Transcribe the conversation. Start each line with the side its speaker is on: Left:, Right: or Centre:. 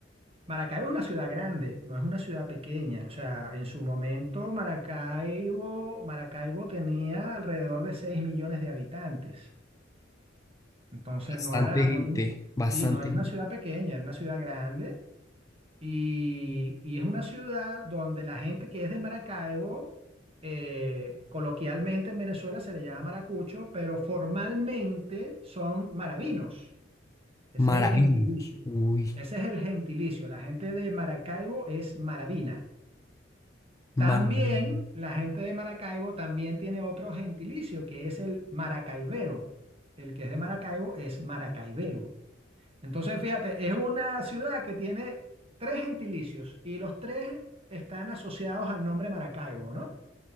Right: Maracaibo es una ciudad grande, no es una ciudad pequeña. O sea, en su momento Maracaibo, Maracaibo tenía alrededor de 6 millones de habitantes. Entonces
Left: Bastante
Right: no era,
Left: gente,
Right: no era,
Left: bastante
Right: sí, no era una
Left: gente.
Right: ciudad pequeña, era una ciudad grande. Y, y es una ciudad donde la gente que es de Maracaibo, eh, coloquialmente en Venezuela se le llama maracucho, pero formalmente son maravinos. Ese
Left: Maravillos.
Right: es el gentilicio.
Left: Uy,
Right: Ese es el gentilicio. La gente de Maracaibo es maravina.
Left: maravilloso
Right: También la gente de Maracaibo también tiene otro gentilicio que es el maracaibero. El que es de Maracaibo es maracaibero. Entonces, fíjate, es una ciudad que tiene tres gentilicios y los tres están asociados al nombre Maracaibo, ¿no?